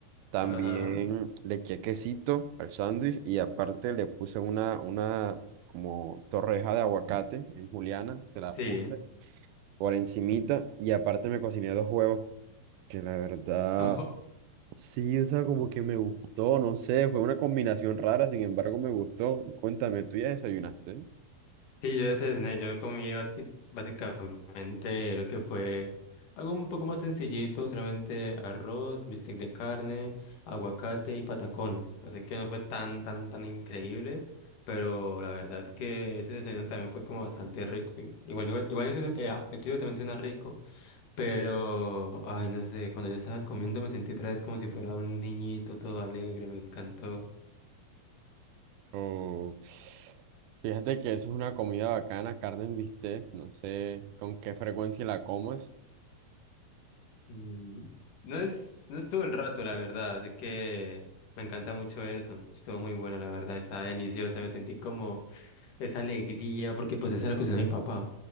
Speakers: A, on the right; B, on the left.
A: También
B: Ajá.
A: le eché quesito al sándwich y aparte le puse una, una como torreja de aguacate en juliana, se la
B: Sí.
A: puse por encimita y aparte me cociné dos huevos, que la verdad
B: <laughs> Ojo.
A: Sí, o sea, como que me gustó, no sé, fue una combinación rara, sin embargo me gustó. Cuéntame, ¿tú ya desayunaste?
B: Sí, yo ya cené. Yo comí basqui- básicamente lo que fue algo un poco más sencillito, solamente arroz, bistec de carne, aguacate y patacones. Así que no fue tan, tan, tan increíble, pero la verdad que ese desayuno también fue como bastante rico. I- Igual, igual, igual eso, eh, ah, el tuyo también suena rico. Pero, ay, no sé, cuando yo estaba comiendo me sentí otra vez como si fuera un niñito todo alegre, me encantó.
A: O fíjate que eso es una comida bacana, carne en bistec, no sé con qué frecuencia la comas.
B: Mm, No es, no estuvo el rato, la verdad, así que me encanta mucho eso. Estuvo muy bueno, la verdad, estaba deliciosa, me sentí como esa alegría, porque pues esa era la cuestión de mi papá.